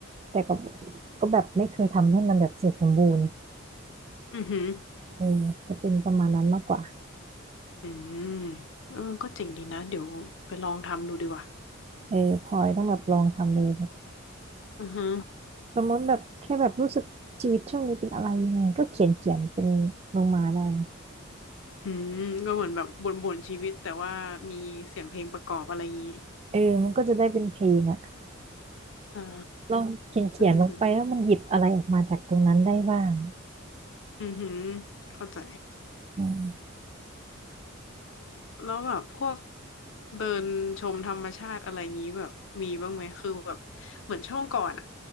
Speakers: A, on the right (about 30°); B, on the left (about 65°).
A: แต่ก็ก็แบบไม่เคยทำให้มันแบบเสร็จสมบูรณ์
B: อือหือ
A: เออจะเป็นประมาณนั้นมากกว่า
B: อืมเออก็เจ๋งดีนะเดี๋ยวไปลองทำดูดีกว่า
A: เออพลอยต้องแบบลองทำเลยแบบ
B: อือฮึ
A: สมมติแบบแค่แบบรู้สึกชีวิตช่วงนี้เป็นอะไรยังไงก็เขียนเขียนเป็นลงมาได้นะ
B: อืมก็เหมือนแบบบ่นๆชีวิตแต่ว่ามีเสียงเพลงประกอบอะไรงี้
A: เออมันก็จะได้เป็นเพลงอ่ะ
B: อ่า
A: ลองเขียนเขียนลงไปว่ามันหยิบอะไรออกมาจากตรงนั้นได้บ้าง
B: เออเอออือหือเข้าใจ
A: อืม
B: แล้วแบบพวกเดินชมธรรมชาติอะไรงี้แบบมีบ้างไหมคือแบบเหมือนช่วงก่อนอะ